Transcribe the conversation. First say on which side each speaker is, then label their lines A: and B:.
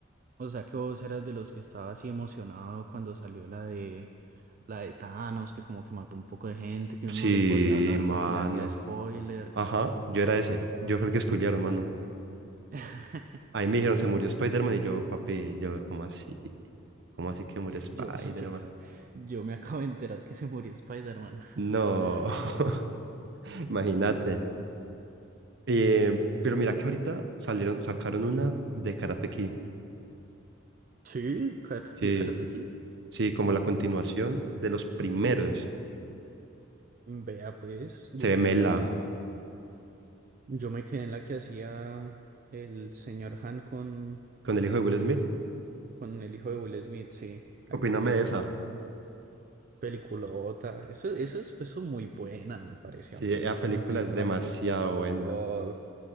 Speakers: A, on the right; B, on the right.
A: O sea que vos eras de los que estaba así emocionado cuando salió la de la de Thanos, que como que mató un poco de gente, que
B: Sí,
A: uno no le podía hablar
B: mano.
A: porque le hacía spoiler.
B: Ajá, yo era ese. Yo fue el que spoilearon, mano.
A: <laughs>
B: Ahí me dijeron, se murió
A: Uy, es
B: Spider-Man
A: que es-
B: y yo, papi, yo, ¿cómo así? ¿Cómo así que murió Spider-Man?
A: yo, <laughs> yo, yo me acabo de enterar que se murió Spider-Man. <laughs>
B: No, <laughs> imagínate. Eh, pero mira que ahorita salieron, sacaron una de Karate Kid.
A: Sí, de, Ka-
B: Sí,
A: de Karate Kid.
B: sí, como la continuación de los primeros.
A: Vea, pues, yo,
B: Se ve
A: yo
B: Mela
A: la, yo me quedé en la que hacía el señor Han con,
B: con el hijo de Will Smith.
A: con el hijo de Will Smith, sí, ahí
B: Opíname
A: me quedé
B: de esa.
A: yo. Peliculota. Eso, eso es, eso es muy buena, me parece
B: Sí,
A: a mí.
B: la
A: Es
B: película
A: una película
B: es demasiado
A: muy
B: buena.
A: God.